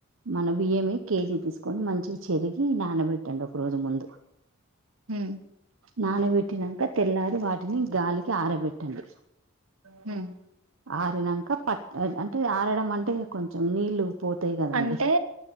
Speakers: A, on the right (about 70°); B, on the right (about 85°).
A: మన బియ్యమే కేజీ తీసుకని మంచిగా చెరిగి నానబెట్టండి ఒక రోజు ముందు
B: హు
A: నానబెట్టినాక తెల్లారి వాటి టిని గాలికి ఆరబెట్టండి
B: హ్మ్
A: ఆరినాక పటన్ అంటే ఆరడం అంటే కొంచెం నీళ్లు పోతాయి కదండి
B: అంటే